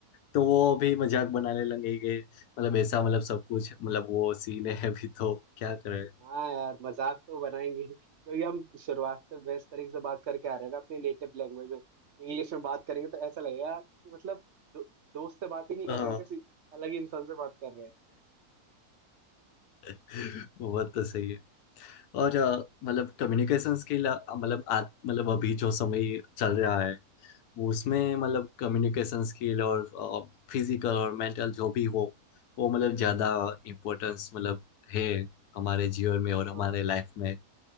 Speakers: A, on the left; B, on the right.
A: तो वो भी मजाक बनाने लगेंगे मतलब ऐसा मतलब सब कुछ मतलब वो सीन है अभी तो क्या करें
B: हाँ यार मजाक तो बनाएंगे ही, क्योंकि हम शुरुआत से बेस्ट तरीके से बात करके आ रहे हैं ना अपनी नेटिव लैंग्वेज में इंग्लिश में बात करेंगे तो ऐसा लगेगा यार कि मतलब दो, दोस्त से बात ही नहीं कर
A: हाँ
B: रहे हैं किसी अलग ही इंसान से बात कर रहे हैं
A: <laughs> वो बात तो सही है और अ, मतलब कम्युनिकेशन स्किल मतलब आ- मतलब अभी जो समय चल रहा है वो उसमें मतलब
B: हम्म,
A: कम्युनिकेशन स्किल और फिजिकल और मेंटल जो भी हो वो मतलब ज़्यादा इम्पोर्टेंस मतलब है हमारे जीवन
B: हाँ
A: में और हमारे लाइफ में